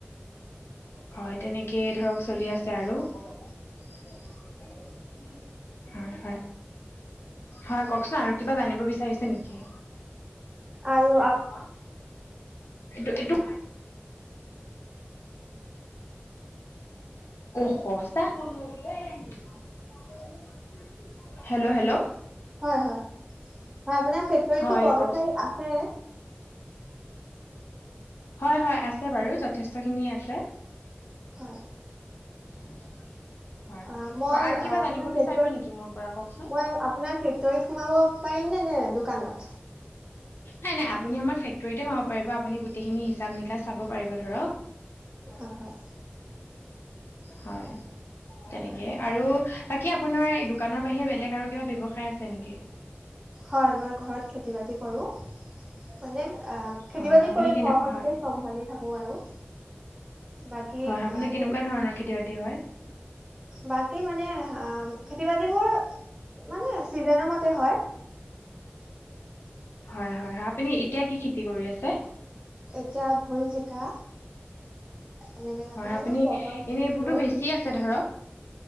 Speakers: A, on the left; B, on the right.
A: হয় তেনেকেই ধৰক চলি আছে আৰু। হয় হয়। হয় কওকচোন আৰু কিবা জানিব বিচাৰিছে নেকি?
B: আৰু
A: অ <unintelligible> এইটো এইটো হ চা <unintelligible> হেল্ল, ' হেল্ল',
B: হয় হয় হয় আপোনাৰ ফেক্টৰীতটো
A: হয়
B: কৰ্মচাৰী
A: কওকচোন।
B: আছে
A: হয় হয় আছে বাৰু যথেষ্ট খিনি আছে।
B: হয়।
A: <unintelligible>
B: অ মই
A: আৰু কিবা
B: আপোনাৰ
A: জানিব বিচাৰিব
B: মই
A: নেকি মোৰ পৰা কওকচোন
B: আপোনাৰ ফেক্টৰীত সোমাব পাৰিমনে নে দোকানত?
A: নাই নাই আপুনি আমাৰ ফেক্টৰীতে, সোমাব পাৰিব, আপুনি গোটেইখিনি হিচাপ নিকা চাব পাৰিব ধৰক।
B: হয় হয়।
A: হয়। তেনেকে আৰু বাকী আপোনাৰ এই দোকানৰ বাহিৰে বেলেগ আৰু কিবা ব্যৱসায় আছে নেকি?
B: হয় মই ঘৰত খেতি বাতি কৰো। মানে আহ খেতি
A: হয়
B: বাতি
A: হয় আপুনি
B: কৰি
A: কেনে
B: ঘৰখনকে
A: হয়
B: চম্ভালি থাকো। আৰু বাকী
A: হয়', আপুনি
B: অ'
A: কেনেকুৱা
B: খেতি
A: ধৰণৰ খেতি বাতি হয়?
B: বাকী মানে অ', খেতি বাতিবোৰ মানে, ছিজনৰ মতে হয়
A: হয়', - হয়', - হয়', আপুনি এতিয়া কি খেতি কৰি আছে?
B: এতিয়া ভোল, জিকা, এনেকে আকৌ
A: হয়,। আপুনি
B: পটল চটল
A: এনেই এইবোৰতো
B: সেইবোৰ
A: বেছি আছে ধৰক